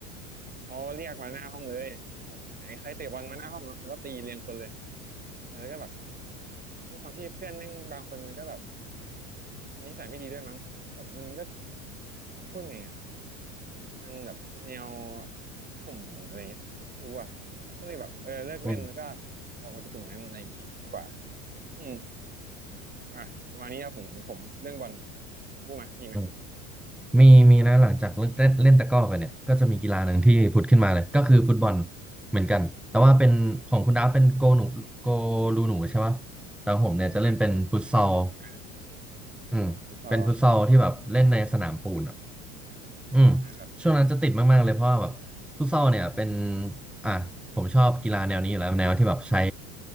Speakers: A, on the right (about 20°); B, in the centre.
A: เขาเรียกมาหน้าห้องเลยแบบไหนใครเตะบอลมาหน้าห้องแล้วเขาก็ตีเรียงคนเลยเออแล้วก็แบบ ด้วยความที่เพื่อนแม่งบางคนมันก็แบบมันนิสัยไม่ดีด้วยมั้งแบบมันก็พูดไงอ่ะมันแบบแนวข่มอะไรเงี้ยไม่รู้อ่ะก็เลยแบบเออเลิกเล่นแล้วก็
B: อืม
A: ออกมาจากกลุ่มนั้นอะไรอย่างงี้มากกว่าอืมอ่ะประมาณนี้ครับผมผมเรื่องบอลผมพูดมามีไหม
B: อืม มีมีนะหลังจากเลิกเล่นเล่นตะกร้อไปเนี่ยก็จะมีกีฬาหนึ่งที่ผุดขึ้นมาเลยก็คือฟุตบอล
A: อืมอืม
B: เหมือนกันแต่ว่าเป็นของคุณดาฟเป็นโกหนูโก
A: อ
B: ลูหนูใช่ไหมแต่ของผมเนี่ยจะเล่นเป็นฟุตซอล
A: ่าทั้งทั้งทั้งหนุ่มทั้งนายเลย
B: อืมเป็นฟุตซอลที่แบบเล่นในสนามปูนอ่ะ
A: อ่าฟุตซอล
B: อืม
A: อ่าครับ
B: ช่วงนั้นจะติดมากๆเลยเพราะว่าแบบฟุตซอลเนี่ยเป็นอ่ะผมชอบกีฬาแนวนี้อยู่แล้วแนวที่แบบใช้